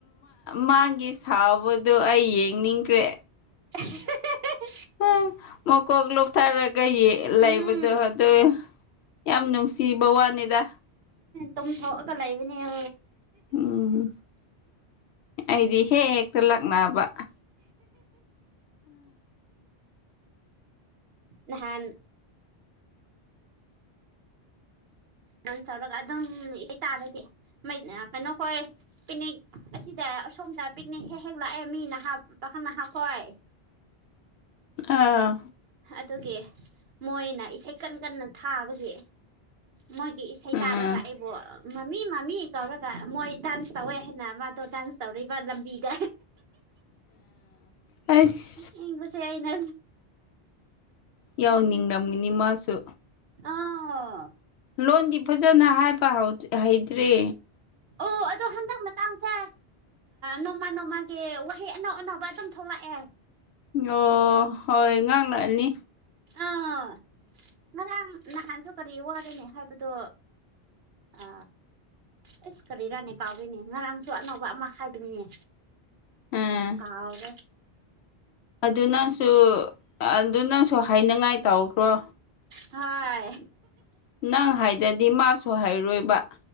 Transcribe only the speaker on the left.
ꯃꯥꯒꯤ ꯁꯥꯎꯕꯗꯣ ꯑꯩ ꯌꯦꯡꯅꯤꯡꯈ꯭ꯔꯦ
ꯎ ꯃꯀꯣꯛ ꯂꯨꯞꯊꯔꯒ ꯌꯦ ꯂꯩꯕꯗꯣ
ꯑꯗꯨ ꯌꯥꯝ ꯅꯨꯡꯁꯤ ꯕꯋꯥꯅꯤꯗ
ꯎꯝ ꯑꯩꯗꯤ ꯍꯦꯛ ꯍꯦꯛꯇ ꯂꯛꯅꯕ
ꯑꯥ
ꯎꯝ
ꯍꯥꯏꯁ
ꯌꯥꯎꯅꯤꯡꯔꯝꯒꯅꯤ ꯃꯥꯁꯨ
ꯂꯣꯟꯗꯤ ꯐꯖꯅ ꯍꯥꯏꯕ ꯍꯧꯗꯔꯤ ꯍꯩꯇ꯭ꯔꯦ
ꯑꯣ ꯍꯣꯏ ꯉꯥꯡꯂꯥꯛꯑꯅꯤ
ꯑꯥ
ꯑꯗꯨ ꯅꯪꯁꯨ ꯑꯗꯨ ꯅꯪꯁꯨ ꯍꯥꯏꯅꯉꯥꯏ ꯇꯧꯈ꯭ꯔꯣ
ꯅꯪ ꯍꯥꯏꯗꯗꯤ ꯃꯥꯁꯨ ꯍꯥꯏꯔꯣꯏꯕ